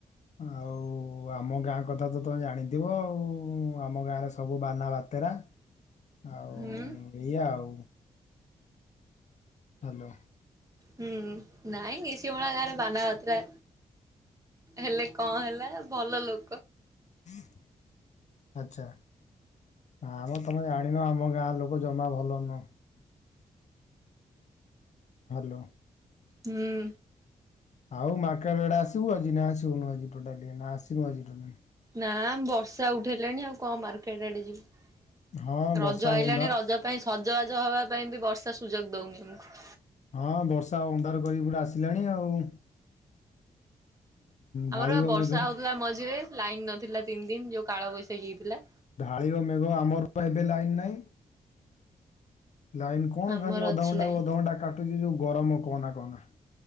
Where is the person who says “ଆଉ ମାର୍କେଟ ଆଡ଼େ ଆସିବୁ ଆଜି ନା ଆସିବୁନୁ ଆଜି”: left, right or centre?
Left